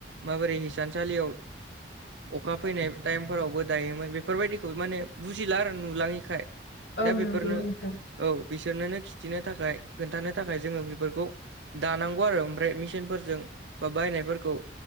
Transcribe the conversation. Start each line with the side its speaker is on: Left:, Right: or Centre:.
Right: माबोरै हिसानसालियाव अखा फैनाय टाइमफोरावबो दायोमोन बेफोरबायदिखौ माने बुजिला आरो ना नुलाङैखाय
Left: औ
Right: दा
Left: नंगौ
Right: बेफोरनो
Left: नोंथां
Right: औ बिसोरनोनो खिथिनो थाखाय खोन्थानो थाखाय जोङो बेफोरखौ दानांगौ आरो ओमफ्राय मेचिनफोरजों बा बायनायफोरखौ